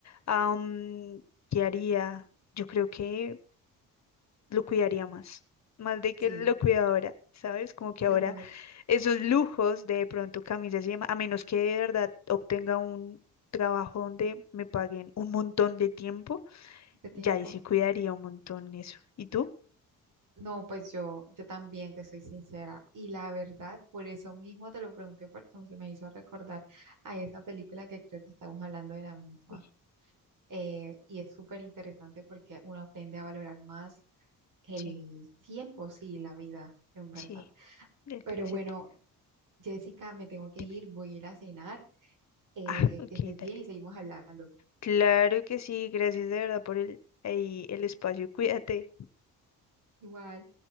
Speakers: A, on the left; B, on the right.
A: am, ¿qué haría? Yo creo que lo cuidaría más, más de que
B: sí.
A: lo cuido ahora, ¿sabes? Como que
B: No,
A: ahora esos lujos de pronto camisas y demás, a menos que de verdad obtenga un trabajo donde me paguen un montón de tiempo,
B: de tiempo.
A: ya ahí sí cuidaría un montón eso. ¿Y tú?
B: No, pues yo, yo también te soy sincera. Y la verdad, por eso mismo te lo pregunté, porque se me hizo recordar a esa película que creo que estamos hablando de la misma.
A: Sí,
B: Eh, y es súper interesante porque uno aprende a valorar más el
A: sí,
B: tiempo, sí, la vida, en verdad.
A: sí, del
B: Pero
A: presente.
B: bueno, Jessica, me tengo que
A: Dime.
B: ir, voy a ir a cenar. Eh,
A: Ah, ok,
B: que estés bien
A: dale.
B: y seguimos hablando.
A: Claro que sí, gracias de verdad por el, ahí el espacio. Cuídate.
B: Igual.